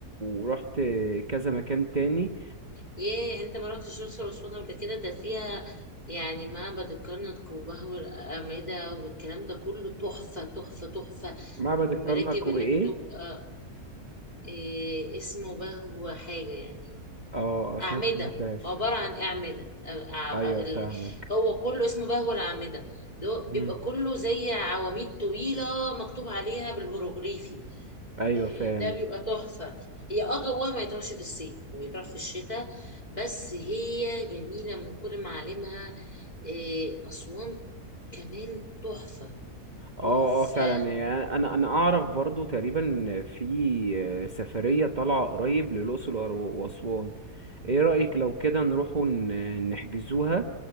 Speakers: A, on the right; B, on the left.
A: ورحت كذا مكان تاني
B: ياه انت ما رحتش الاقصر واسوان قبل كده ده فيها يعني معبد الكرنك وبهو الأعمدة والكلام ده كله تحفة تحفة تحفة
A: معبد
B: والمراكب
A: الكرنك وايه
B: اللي بتبقى إيه اسمه بهو حاجة يعني
A: اه اصلا
B: أعمدة
A: ما سمعتهاش
B: عبارة عن أعمدة أ- أ-
A: ايوه
B: ال-
A: فاهمك
B: هو كله اسمه بهو الأعمدة ده هو
A: مم.
B: بيبقى كله زي عواميد طويلة مكتوب عليها بالهيروغليفي
A: ايوه
B: إيه،
A: فاهم
B: ده بيبقى تحفة هي اه جواها ما يطرحش في الصيف هو يطرح في الشتاء بس هي جميلة من كل معالمها إيه، أسوان كمان تحفة
A: اه
B: تحفة
A: اه فعلا يعني انا انا اعرف برضو تقريبا في سفرية طالعة قريب للأقصر وأسوان ايه رأيك لو كده نروح نحجزوها